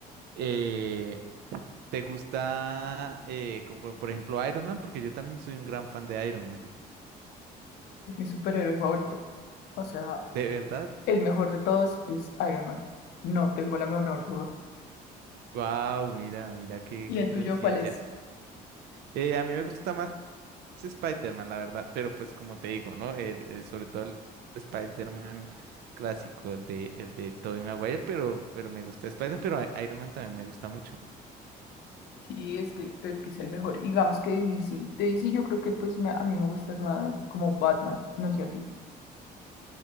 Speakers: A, on the right; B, on the left.
A: Eh, ¿Te gusta, eh, como por ejemplo, Iron Man? Porque yo también soy un gran fan de Iron Man.
B: Es mi superhéroe favorito. O sea,
A: ¿De verdad?
B: el mejor de todos es Iron Man. No tengo la menor duda.
A: Wow, mira, mira, qué,
B: ¿Y
A: qué
B: el
A: coincidencia.
B: tuyo cuál es?
A: Eh, a mí me gusta más Spider-Man, la verdad, pero pues como te digo, ¿no? El, el- sobre todo el Spider-Man clásico, el de, el de Tobey Maguire, pero, pero me gusta Spider-Man, pero I- Iron Man también me gusta mucho.
B: Sí, es que, es que es el mejor. Digamos que de DC. De DC yo creo que pues me- a mí me gusta más como Batman. No sé a ti.